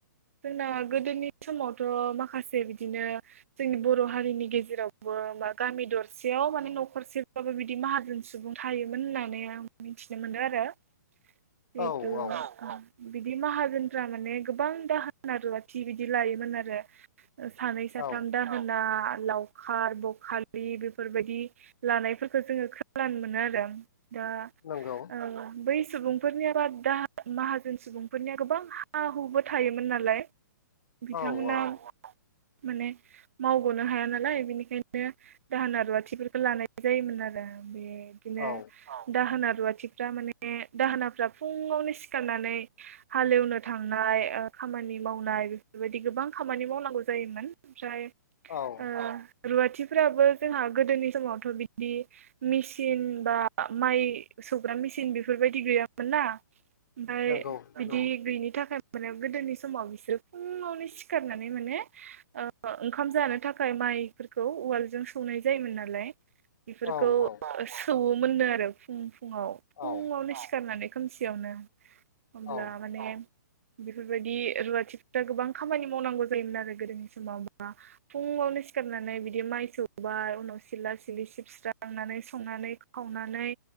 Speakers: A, on the right (about 45°); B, on the left (about 65°).
A: जोंना गोदोनि समावथ' माखासे बिदिनो जोंनि बर' हारिनि गेजेरावबो मा गामि दरसेयाव माने न'खरसेबाबो बिदि माहाजोन सुबुं थायोमोन होननानै आं मिथिनो मोनदों आरो जिहेथु
B: औ औ
A: बिदि माहाजोनफ्रा माने गोबां दाहोना रुवाथि बिदि लायोमोन आरो सानै साथाम
B: औ
A: दा होना लावखार बखालि बेफोरबायदि लानायफोरखौ जोङो खो खोनानो मोनो आरो दा
B: नंगौ
A: ओ बै सुबुंफोरनिया बा दा माहाजोन सुबुंफोरनिया गोबां हा हुबो थायोमोन नालाय बिथांमोना
B: औ औ
A: माने मावग'नो हाया नालाय बिनिखायनो दाहोना रुवाथिफोरखौ लानाय जायोमोन आरो बेदिनो
B: औ
A: दाहोना रुवाथिफ्रा माने दाहोनाफ्रा फुङावनो सिखारनानै हालेवनो थांनाय ओ खामानि मावनाय बेफोरबायदि गोबां खामानि मावनांगौ जायोमोन ओमफ्राय
B: औ
A: ओ रुवाथिफोराबो जोंहा गोदोनि समावथ' बिदि मेचिन बा माइ सौग्रा मेचिन बेफोरबायदि गैयामोन ना ओमफाय
B: नंगौ
A: बिदि
B: नंगौ
A: गैयिनि थाखाय माने गोदोनि समाव बिसोरो फुङावनो सिखारनानै माने ओ ओंखाम जानो थाखाय माइफोरखौ उवालजों सौनाय जायोमोन नालाय बेफोरखौ
B: औ औ
A: सौवोमोननो आरो फुं फुङाव फुङावनो
B: औ
A: सिखारनानै खोमसियावनो अब्ला
B: औ
A: माने बेफोरबायदि रुवाथिफोरा गोबां खामानि मावनांगौ जायोमोन आरो गोदोनि समाव मा फुङावनो सिखारनानै बिदि माइ सौबाय उनाव सिला सिलि सिबस्रांनानै संनानै खावनानै